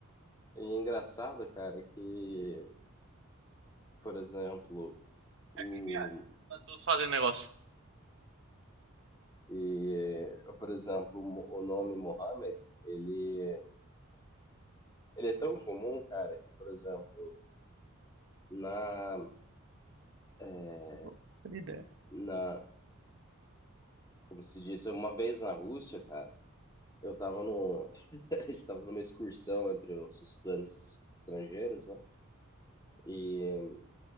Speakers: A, on the left; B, on the right.
A: E é engraçado, cara, que, por exemplo, o...
B: Aqui, viado. Tá todos fazendo negócio.
A: E, por exemplo, o nome Muhammad, ele, ele é tão comum, cara, que, por exemplo, na, é,
B: Pô, que ideia.
A: na, como se diz, uma vez na Rússia, cara, eu tava no, <laughs> a gente tava numa excursão entre os estudantes estrangeiros, né? E,